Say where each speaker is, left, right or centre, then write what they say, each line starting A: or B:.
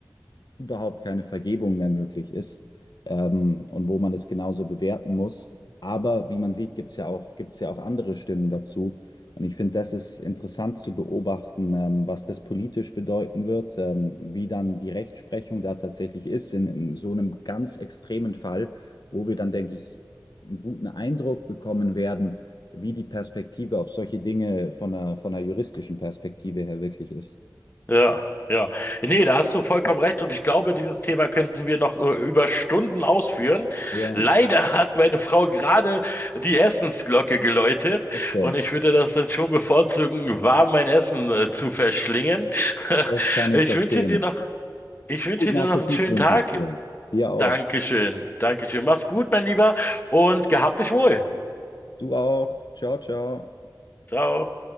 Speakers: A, on the left; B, on the left.
A: überhaupt keine Vergebung mehr möglich ist ähm, und wo man das genauso bewerten muss. Aber wie man sieht, gibt es ja auch, gibt's ja auch andere Stimmen dazu. Und ich finde, das ist interessant zu beobachten, ähm, was das politisch bedeuten wird, ähm, wie dann die Rechtsprechung da tatsächlich ist in, in so einem ganz extremen Fall, wo wir dann, denke ich, einen guten Eindruck bekommen werden, wie die Perspektive auf solche Dinge von einer, von einer juristischen Perspektive her wirklich ist.
B: Ja, ja. Nee, da hast du vollkommen recht und ich glaube, dieses Thema könnten wir noch äh, über Stunden ausführen.
A: Ja,
B: Leider <laughs> hat meine Frau gerade die Essensglocke geläutet
A: okay,
B: und ich würde das dann schon bevorzugen, warm mein Essen äh, zu verschlingen. <laughs>
A: das kann ich
B: Ich
A: verstehen.
B: wünsche dir noch, ich wünsche
A: Guten
B: dir
A: Appetit
B: noch einen schönen
A: wünsche
B: Tag.
A: ich dir. Dir auch.
B: Dankeschön, Dankeschön. Mach's gut, mein Lieber, und gehabt dich wohl.
A: Du auch. Ciao, ciao.
B: Ciao.